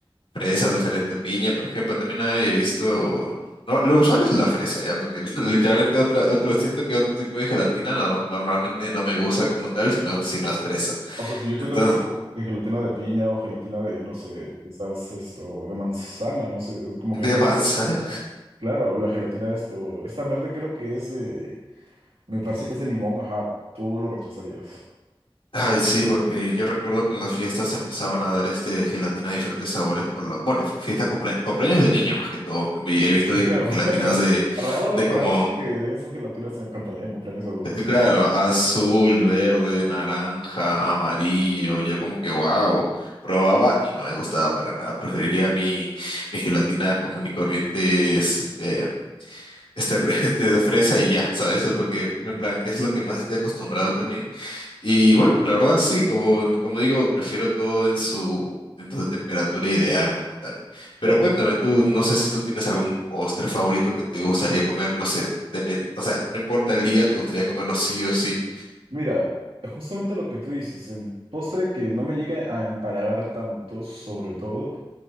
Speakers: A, on the left (about 75°); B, on the right (about 80°).
A: Fresa diferente piña, por ejemplo, también hay, he visto. No, lo usual es la fresa, ya, porque <laughs> literalmente otra, otro, siento que otro tipo de gelatina no- normalmente no me gusta como tal, sino, sino es fresa.
B: O sea, si yo te
A: Entonces,
B: traigo eh, gelatina de piña o gelatina de, no sé, quizás esto, de manzana, no sé, es como
A: <laughs> de
B: que es la
A: manzana.
B: mezcla favorita. Claro, o la gelatina de esto, esta verde creo que es, eh, me parece que es de limón, ajá, tú lo rechazarías.
A: Ay, sí, porque yo recuerdo que en las fiestas empezaban a dar este gelatina de diferentes sabores por lo, bueno, fiestas cumplea- cumpleaños de niños más que todo. Vi- He visto di-
B: Claro,
A: gelatinas
B: <laughs> oiga,
A: de,
B: raro,
A: de
B: rarazo
A: como
B: que den esas gelatinas en, cumplea- en cumpleaños de adultos
A: eh, Claro,
B: y demás.
A: azul, verde, naranja, amarillo. Yo como que, wow, probaba y no me gustaba para nada. Preferiría mi, mi gelatina común y corriente, este, este, re- <laughs> este de fresa y ya, ¿sabes? Porque
B: Ujú.
A: en plan es lo que más estoy acostumbrado también. Y bueno, la verdad sí, como, como digo, prefiero todo en su, en su temperatura ideal como tal.
B: Claro,
A: Pero cuéntame
B: sí.
A: tú, no sé si tú tienes algún postre favorito que te gustaría comer, no sé, depende, o sea, no importa el día, te gustaría comerlo sí o sí.
B: Mira, justamente lo que tú dices, el postre que no me llega a empalagar tanto, sobre todo.